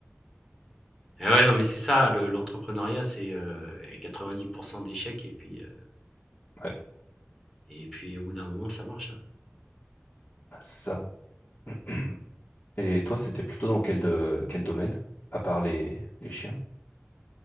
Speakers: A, in the centre; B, on the left (about 35°).
A: ah ouais, non, mais c'est ça le l'entrepreneuriat, c'est, heu, 90 d'échecs et puis, heu
B: ouais,
A: et puis au bout d'un moment, ça marche, hein.
B: c'est ça. <clears throat> Et toi, c'était plutôt dans quel, de, quel domaine? À part les, les chiens?